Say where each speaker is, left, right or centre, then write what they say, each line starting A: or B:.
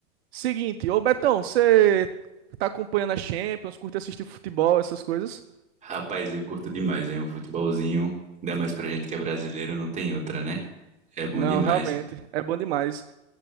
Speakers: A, on the right (about 60°); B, on the right (about 20°).
A: Seguinte, ô Betão, você tá acompanhando a Champions, curte assistir futebol, essas coisas?
B: Rapaz, eu curto demais, hein? Um futebolzinho, ainda mais pra gente que é brasileiro, não tem outra, né? É bom
A: Não,
B: demais.
A: realmente, é bom demais.